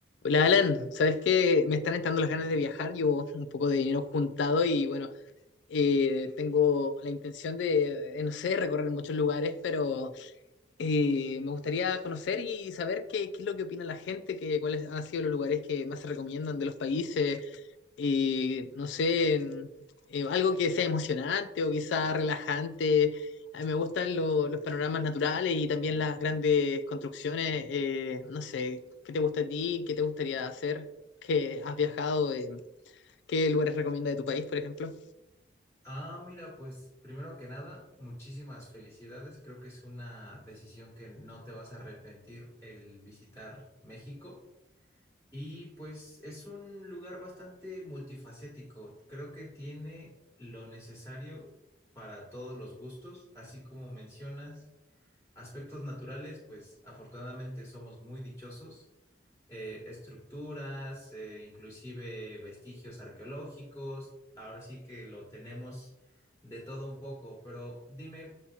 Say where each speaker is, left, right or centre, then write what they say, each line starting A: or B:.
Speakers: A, on the left (about 70°); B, on the left (about 15°).
A: Hola Alan, ¿sabes qué? Me están entrando las ganas de viajar, llevo un poco de dinero juntado y bueno, eh, tengo la intención de, de, no sé, recorrer muchos lugares, pero eh, me gustaría conocer y saber qué, qué es lo que opina la gente, que, cuáles han sido los lugares que más se recomiendan de los países, eh, no sé, en- eh, algo que sea emocionante o quizá relajante. A mí me gustan lo- los panoramas naturales y también las grandes construcciones. eh, no sé, ¿qué te gusta a ti? ¿Qué te gustaría hacer? ¿Qué has viajado? Eh, ¿qué lugares recomienda de tu país, por ejemplo?
B: Ah, mira, pues primero que nada, muchísimas felicidades. Creo que es una decisión que no te vas a arrepentir el visitar México. Y pues es un lugar bastante multifacético. Creo que tiene lo necesario para todos los gustos, así como mencionas aspectos naturales, pues afortunadamente somos muy dichosos eh, estructuras, eh, inclusive vestigios arqueológicos. Ahora sí que lo tenemos de todo un poco, pero dime